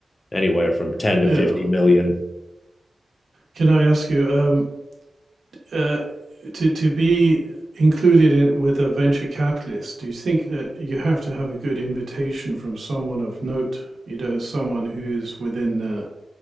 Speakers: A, on the left; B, on the right.
A: anywhere from ten
B: yeah.
A: to fifty million.
B: Can I ask you um, uh, to to be included in with a venture capitalist? Do you think that you have to have a good invitation from someone of note? You know, someone who is within the